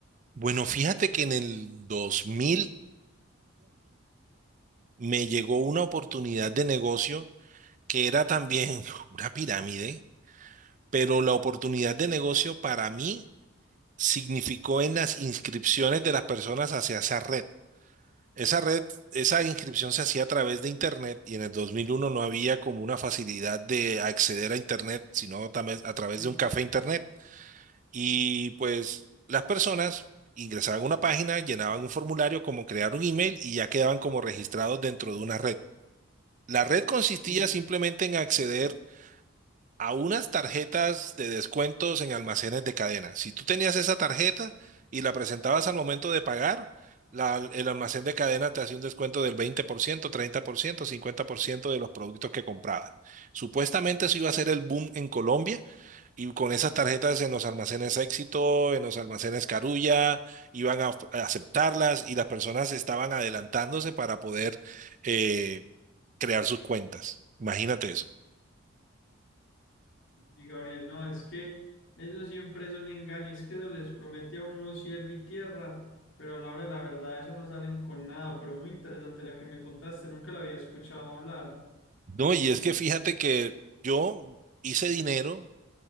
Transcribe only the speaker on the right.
Bueno, fíjate que en el 2001 me llegó una oportunidad de negocio que era también <laughs> una pirámide, pero la oportunidad de negocio para mí significó en las inscripciones de las personas hacia esa red. Esa red, esa inscripción se hacía a través de Internet y en el 2001 no había como una facilidad de acceder a Internet, sino también a través
de un café Internet. Y pues las personas ingresaban a una página, llenaban un formulario como crear un email y ya quedaban como registrados dentro de una red. La red consistía
simplemente en acceder a unas tarjetas de descuentos en almacenes de cadena. Si tú tenías esa tarjeta y la presentabas al momento de pagar, la- el almacén de cadena te hacía un descuento del veinte por por ciento, ciento, treinta por ciento, cincuenta por ciento de los productos que comprabas. Supuestamente eso iba a ser el boom en Colombia y con esas tarjetas en los almacenes Éxito, en los almacenes Carulla, iban a, of- a aceptarlas y las personas estaban adelantándose para poder eh, crear sus cuentas. Imagínate eso.
No, y es que fíjate que yo hice
dinero